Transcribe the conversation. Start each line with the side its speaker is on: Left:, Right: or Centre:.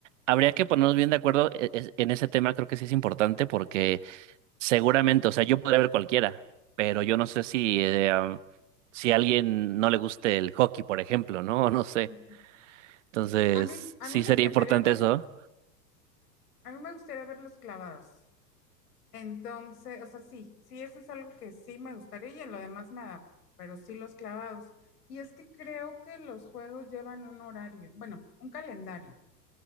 Right: Habría que ponernos bien de acuerdo e- es- en ese tema, creo que sí es importante porque seguramente, o sea, yo podría ver cualquiera, pero yo no sé si, eh, um, si a alguien no le guste el hockey, por ejemplo, ¿no? <laughs> No sé.
Left: Ujú.
Right: Entonces,
Left: a mí, a
Right: sí
Left: mí me
Right: sería
Left: encantaría
Right: importante
Left: ver,
Right: eso.
Left: a mí me gustaría verlos clavados. Entonces, o sea, sí, sí, eso es algo que sí me gustaría y en lo demás me adapto, pero sí los clavados. Y es que creo que los juegos llevan un horario, bueno, un calendario.